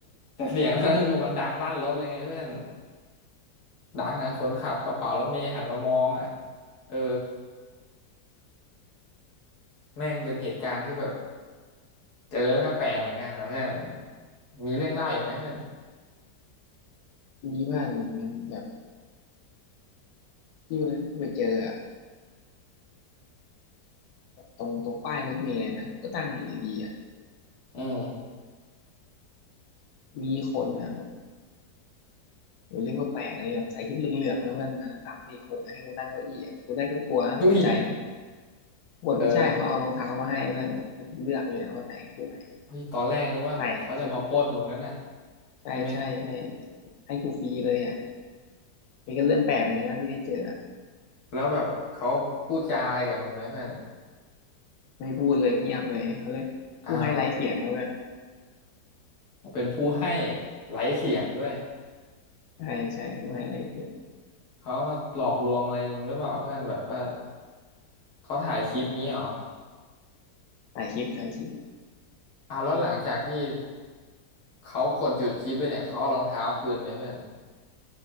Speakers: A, on the left; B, on the left.
A: แต่เสียงนั้นก็คือมันดังลั่นรถเลยไงเพื่อนดังอ่ะคนขับกระเป๋ารถเมล์หันมามองอ่ะเออแม่งเป็นเหตุการณ์ที่แบบเจอแล้วก็แปลกเหมือนกันนะเพื่อนมีเรื่องเล่าอีกไหมเพื่อน
B: มีบ้างเป็นแบบที่วันนั้นที่ไปเจออะตรงตรงป้ายรถเมล์เลยนะผมก็ตั้งอยู่ดีๆอะ
A: อืม <laughs>
B: มีคนอ่ะแบบผมเรียกว่าแปลกเลยแบบใส่ชุดเหลืองๆนะเพื่อนมาสามสี่คนนะให้กูนั่งเก้าอี้อะกูได้ก็กลัวนะตกใจนะ
A: อุ้ย
B: ปรากฏไม่ใช่เขาเอารองเท้ามาให้เพื่อนให้กูเลือกเลยนะว่าไหนคู่ไหน
A: เออเฮ้ยตอนแรกนึกว่าเขาจะมาปล้นมึงนั่นน่ะ
B: ใส่สุดใช่ใช่ใช่
A: ใช่ไหม
B: ให้กูฟรีเลยอ่ะนี่ก็เรื่องแปลกเหมือนกันนะที่ได้เจออะ
A: แล้วแบบเขาพูดจาอะไรกับมึงไหมเพื่อน
B: ไม่พูดเลยเงียบเลยเขาเรียกผู้ให้ไร้เสียงนะเพื่อน
A: อ้าวเขาเป็นผู้ให้ไร้เสียงด้วย
B: ใช่ใช่ผู้ให้ไร้เสียง
A: เขามาหลอกลวงอะไรมึงหรือเปล่าเพื่อนแบบว่าเขาถ่ายคลิปงี้เหรอ
B: ถ่ายคลิปถ่ายคลิป
A: อ้าวแล้วหลังจากที่เขากดหยุดคลิปไปเนี่ยเขาเอารองเท้าคืนไหมเพื่อน